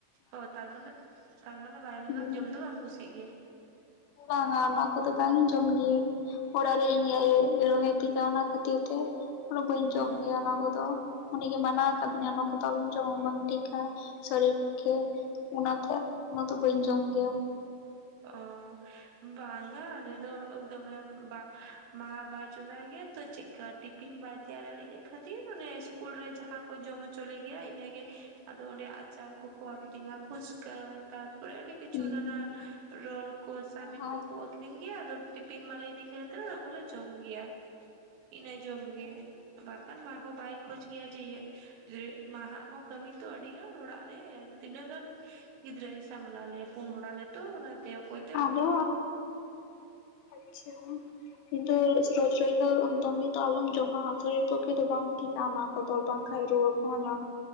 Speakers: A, on the right; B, on the left.
A: ᱚ ᱛᱟᱨᱢᱟᱱᱮ ᱛᱟᱨᱢᱟᱱᱮ ᱵᱟᱭᱨᱮ
B: ᱦᱩᱸ
A: ᱨᱮᱱᱟᱜ ᱡᱚᱢ ᱫᱚ ᱵᱟᱢ ᱠᱩᱥᱤᱭᱟᱜ ᱜᱮᱭᱟ᱾
B: ᱵᱟᱝᱟ ᱚᱱᱟ ᱠᱚᱫᱚ ᱵᱟᱝ ᱡᱚᱢ ᱜᱤᱭᱟᱹᱧ ᱚᱲᱟᱜ
A: ᱛᱟᱦᱚᱞᱮ
B: ᱨᱮ ᱤᱧ
A: ᱠᱚ
B: ᱟᱭᱳᱭ ᱨᱚᱦᱚᱭᱮ ᱛᱤᱛᱟ ᱚᱱᱟ ᱠᱷᱟᱹᱛᱤᱨ ᱛᱮ ᱩᱱᱟᱜ ᱵᱟᱹᱧ ᱡᱚᱢ
A: ᱚ
B: ᱜᱮᱭᱟ ᱚᱱᱟ ᱠᱚᱫᱚ ᱾ ᱩᱱᱤᱜᱮ ᱢᱟᱱᱟᱣ ᱟᱠᱟᱫᱤᱧᱟ ᱚᱱᱟ ᱠᱚᱫᱚ ᱟᱞᱚᱢ ᱡᱚᱢᱟ ᱵᱟᱝ ᱴᱷᱤᱠᱟ ᱥᱚᱨᱤᱨ ᱯᱚᱠᱷᱮ ᱚᱱᱟᱛᱮ ᱚᱱᱟ ᱫᱚ ᱵᱟᱹᱧ ᱡᱚᱢ ᱜᱮᱭᱟ ᱾
A: ᱚ ᱵᱟᱝᱟ ᱟᱞᱮ ᱫᱚ ᱫᱚᱢᱮ ᱵᱟ ᱢᱟ ᱵᱟᱭ ᱪᱚᱸᱫᱟᱭ ᱜᱮᱭᱟ, ᱛᱚ ᱪᱮᱫ ᱠᱟ ᱴᱤᱯᱤᱱ ᱵᱟᱭ ᱛᱮᱭᱟᱨ ᱟᱞᱮ ᱠᱷᱟᱹᱛᱤᱨ ᱚᱱᱮ ᱤᱥᱠᱩᱞ ᱨᱮ ᱡᱟᱦᱟᱸ ᱠᱚ ᱡᱚᱢ ᱦᱚᱪᱚ ᱞᱮᱜᱮᱭᱟ ᱤᱱᱟᱹᱜᱮ, ᱟᱫᱚ ᱚᱸᱰᱮ ᱟᱪᱟᱨ ᱠᱚᱠᱚ ᱟᱠᱷᱨᱤᱧᱟ ᱯᱷᱩᱪᱠᱟᱹ ᱛᱟᱨᱯᱚᱨᱮ ᱟᱹᱰᱤ ᱠᱤ ᱪᱩ
B: ᱦᱩᱸ
A: ᱱᱟᱱᱟ ᱨᱳᱞ ᱠᱚ ᱪᱟᱢᱤᱱ
B: ᱦᱳᱭ
A: ᱠᱚᱠᱚ, ᱠᱚ ᱟᱹᱷᱨᱤᱧ ᱜᱮᱭᱟ ᱟᱫᱚ ᱴᱤᱯᱤᱱ ᱵᱟᱞᱮ ᱤᱫᱤ ᱠᱷᱛᱤᱨ ᱚᱱᱟ ᱠᱚᱞᱮ ᱡᱚᱢ ᱜᱮᱭᱟ ᱾ ᱤᱱᱟᱹ ᱡᱚᱢ ᱜᱮᱭᱟ ᱵᱟᱠᱷᱟᱱ ᱢᱟᱦᱚᱸ ᱵᱟᱭ ᱠᱷᱚᱡᱽ ᱜᱮᱭᱟ ᱡᱮ ᱤᱭᱟᱹ ᱢᱟᱦᱟᱜ ᱦᱚᱸ ᱠᱟᱹᱢᱤ ᱛᱚ ᱟᱹᱰᱤ ᱜᱟᱱ ᱚᱲᱟᱜ ᱨᱮ ᱛᱤᱱᱟᱹᱜ ᱜᱟᱱ, ᱜᱤᱫᱽᱨᱟᱹᱭ ᱥᱟᱢᱞᱟᱣ ᱞᱮᱭᱟ ᱯᱩᱱ ᱦᱚᱲ ᱟᱞᱮ ᱛᱚ ᱚᱱᱟᱛᱮ ᱾ <unintelligible>
B: ᱟᱫᱚ ᱟᱪᱪᱷᱟ ᱾ ᱠᱤᱱᱛᱩ ᱨᱳᱡ ᱨᱳᱡ ᱫᱚ ᱫᱚᱢᱮ ᱫᱚ ᱟᱞᱚᱢ ᱡᱚᱢᱟ, ᱥᱚᱨᱤᱨ ᱯᱚᱠᱠᱷᱮ ᱫᱚ ᱵᱟᱝ ᱴᱷᱤᱠ ᱚᱱᱟ ᱠᱚᱫᱚ ᱵᱟᱝ ᱠᱷᱟᱡ ᱨᱩᱣᱟᱹ ᱠᱚᱦᱚᱸ ᱧᱟᱢ